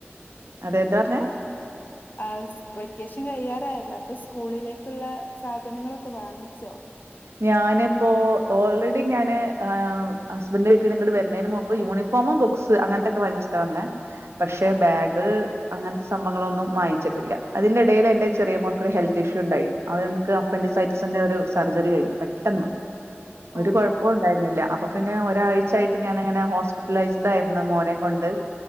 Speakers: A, on the right; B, on the left.
A: അതെന്താ പറഞ്ഞേ
B: ആ വെക്കേഷൻ കഴിയാറായാല്ലോ അപ്പൊ സ് സ്കൂളിലേക്കുള്ള സാധനങ്ങളൊക്കെ വാങ്ങിച്ചോ
A: ഞാനിപ്പോ ഓൾറെഡി ഞാന് ഹസ്ബെന്റിന്റെ വീട്ടീന് ഇങ്ങട്ട് വരുന്നതിന് മുമ്പ് യൂണിഫോമും ബുക്സ് അങ്ങനത്തെക്കെ വാങ്ങിച്ചിട്ടാ വന്നേ പക്ഷെ
B: ആഹ്
A: ബാഗ്
B: ആഹ്
A: അങ്ങനത്തെ സംഭങ്ങളൊന്നും വാങ്ങിച്ചിട്ടില്ല അതിന്റെ ഇടയിൽ എന്റെ ചെറിയ മോൾക്കൊരു ഹെൽത്ത് ഇഷ്യൂ ഉണ്ടായി അ ഇത് അപ്പന്റെ
B: ഓ
A: സൈറ്റിൽ തന്നെ ഒരു സർജറി കഴിഞ്ഞ് പെട്ടെന്ന്
B: ഓ
A: ഒരു കുഴപ്പവും
B: ഓ
A: ഉണ്ടായിരുന്നില്ല അപ്പൊ- പിന്നെ ഞാൻ ഒരാഴ്ചായിട്ട് ഞാനങ്ങനെ ഹോസ്പിറ്റലൈസിഡായിരുന്നു മോനേം കൊണ്ട്